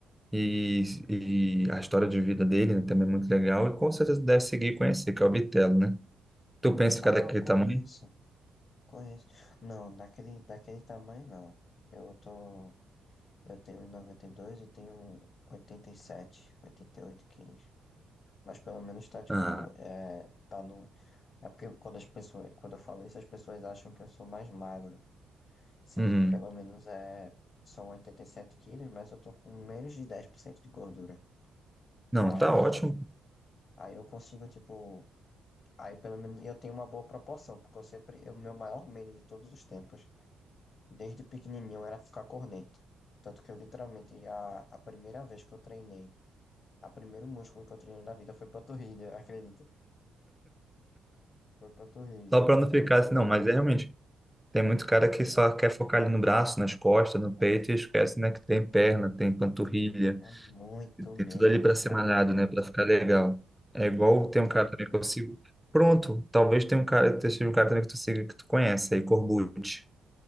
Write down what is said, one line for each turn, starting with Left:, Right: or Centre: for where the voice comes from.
Centre: e, e a história de vida dele, né, também é muito legal, e com certeza deve seguir e conhecer, que é o Bitelo, né? Tu pensa em
Left: ah,
Centre: ficar daquele
Left: conheço,
Centre: tamanho?
Left: conheço. Não, daquele, daquele tamanho não. Eu tô. Eu tenho 1,92 e noventa e dois e tenho 87, 88 quilos. Mas pelo menos tá, tipo,
Centre: Ah,
Left: é, tá no... É porque quando as pessoas, quando eu falo isso, as pessoas acham que eu sou mais magro. Sendo
Centre: uhum.
Left: que pelo menos é, são 87 quilos, mas eu tô com menos de 10% de gordura.
Centre: Não,
Left: Aí,
Centre: tá ótimo.
Left: aí eu consigo, tipo... Aí pelo menos eu tenho uma boa proporção, porque eu sempre... eu- O meu maior medo de todos os tempos, desde pequenininho, era ficar corneto. Tanto que eu literalmente, a, a primeira vez que eu treinei A primeiro músculo que eu treinei na vida foi panturrilha, acredita? Foi panturrilha.
Centre: Só pra
Left: Eu
Centre: não
Left: tinha
Centre: ficar
Left: muito,
Centre: assim, não, mas é realmente. Tem muito cara
Left: eu
Centre: que
Left: tinha,
Centre: só quer focar ali no braço, nas costas, no peito
Left: ah,
Centre: e esquece, né, que tem perna, tem panturrilha,
Left: eu tinha muito
Centre: tem
Left: medo
Centre: tudo ali
Left: de
Centre: pra
Left: ficar
Centre: ser malhado,
Left: corneto.
Centre: né, Pra ficar legal. É igual
Left: É,
Centre: tem
Left: eu tinha
Centre: um cara também
Left: muito
Centre: que eu sigo.
Left: medo.
Centre: Pronto, talvez tenha um cara, seja um cara também que tu siga que tu conhece, aí Corbucci.